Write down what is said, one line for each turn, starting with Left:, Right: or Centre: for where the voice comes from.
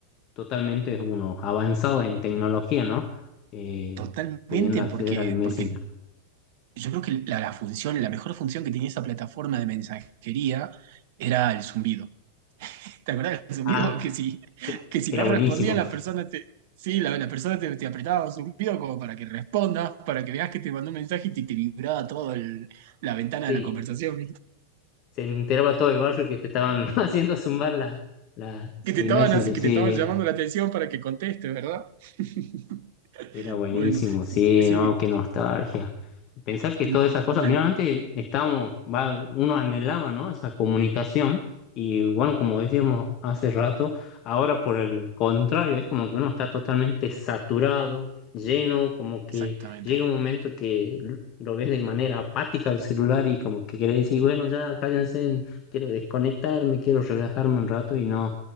Left: totalmente unos avanzados en tecnología, ¿no? Eh,
Right: totalmente,
Left: pudiendo acceder
Right: porque,
Left: al Messenger.
Right: porque yo creo que la, la función, la mejor función que tenía esa plataforma de mensajería era el zumbido. ¿Te acuerdas del zumbido?
Left: Ah,
Right: <laughs> Que si,
Left: e,
Right: que si
Left: era
Right: no
Left: buenísimo.
Right: respondía la persona te... Sí, la, la persona te, te apretaba un zumbido como para que respondas, para que veas que te mandó un mensaje y te, te vibraba toda la ventana
Left: Sí,
Right: de la conversación.
Left: se enteraba todo el barrio que te estaban <laughs> haciendo zumbar la, la,
Right: que te
Left: el
Right: estaban
Left: Messenger.
Right: así, que
Left: Sí,
Right: te estaban llamando la atención para que contestes, ¿verdad? <laughs>
Left: Era buenísimo,
Right: Bueno,
Left: sí,
Right: sí, sí,
Left: no, qué nostalgia. Pensar que todas
Right: n- n-
Left: esas cosas, mira, antes estábamos, va, uno anhelaba, ¿no? Esa comunicación y bueno, como decíamos hace rato, ahora por el contrario, es como que uno está totalmente saturado, lleno, como que
Right: exactamente.
Left: llega un momento que lo ves de manera apática al celular y como que querés decir, bueno, ya cállense, quiero desconectarme, quiero relajarme un rato y no